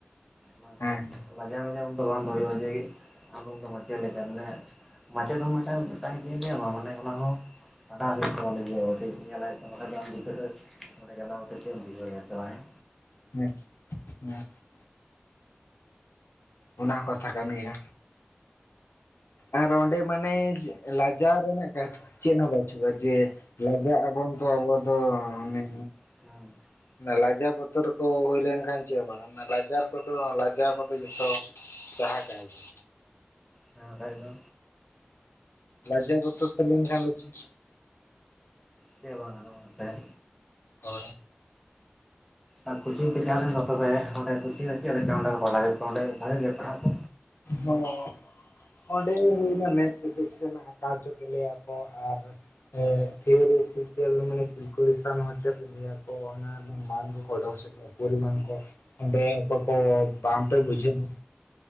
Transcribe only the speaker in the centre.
ᱚᱱᱟ
ᱠᱚ ᱞᱟᱡᱟ ᱢᱟᱡᱟᱣ ᱩᱱ ᱫᱚ ᱵᱟᱝ ᱫᱚᱦᱚᱭᱼᱟ ᱡᱮ ᱟᱢᱫᱚ ᱫᱚ ᱢᱟᱪᱮᱫ ᱞᱮᱠᱟ ᱢᱟᱱᱮ ᱢᱟᱪᱮᱫ ᱦᱚᱸ ᱢᱤᱫᱴᱟᱝ ᱪᱮᱫ ᱤᱧ ᱞᱟᱹᱭ ᱟᱢᱟ ᱚᱱᱟ ᱦᱚᱸ ᱢᱟᱱᱮ ᱚᱱᱟ ᱦᱚᱸ ᱯᱟᱲᱦᱟᱣ ᱦᱩᱭᱩᱜ-ᱟ ᱛᱚ ᱞᱟᱹᱜᱤᱫ ᱧᱮᱞᱟᱭ ᱵᱟᱠᱷᱟᱡ ᱫᱚ ᱟᱢ ᱜᱤᱫᱽᱨᱟᱹ ᱚᱰᱮ ᱡᱟᱞᱟ ᱩᱛᱟᱹᱨ ᱜᱮᱢ ᱵᱩᱡᱷᱟᱣ ᱮᱭᱟ ᱵᱟ ᱦᱮᱸ
<unintelligible>
ᱦᱮᱸ ᱵᱟᱠᱷᱟᱡ ᱫᱚ
ᱪᱮᱜ ᱦᱚᱸ ᱵᱟᱝ ᱜᱟᱱᱚᱜ-ᱟ ᱱᱚᱛᱮ
ᱟᱨ ᱠᱳᱪᱤᱝ ᱯᱮ ᱪᱟᱞᱟᱣ ᱞᱮᱱ ᱫᱚ ᱛᱚᱵᱮ ᱚᱸᱰᱮ ᱠᱳᱪᱤᱝ ᱨᱮ ᱪᱮᱫ ᱞᱮᱠᱟ ᱯᱟᱲᱦᱟᱣ ᱠᱮᱫ ᱠᱚᱣᱟ ᱚᱸᱰᱮ ᱵᱷᱟᱜᱤ ᱜᱮ ᱯᱟᱲᱦᱟᱜ ᱠᱚ